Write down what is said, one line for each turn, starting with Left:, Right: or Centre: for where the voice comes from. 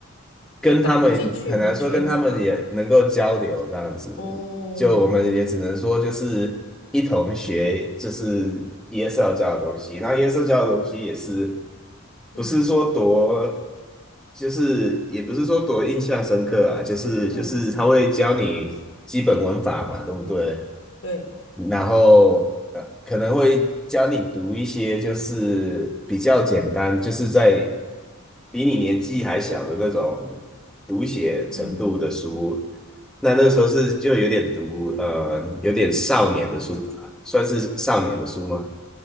Centre: 跟他们，
Left: 打不进去就圈子吗？
Centre: 很难说跟他们也能够交流这样子。
Left: 哦，
Centre: 就我们也只能说，就是一同学，就是耶稣教的东西。那耶稣教的东西也是，
Left: 嗯
Centre: 不是说多，就是也不是说多印象深刻啊，就是就是他会教你基本文法嘛，
Left: 这样子，
Centre: 对不对？
Left: 对，
Centre: 然后呃可能会教你读一些就是比较简单，就是在比你年纪还小的那种读写程度的书。
Left: 嗯嗯，
Centre: 那那个时候是就有点读呃，有点少年的书吧，算是少年的书吗？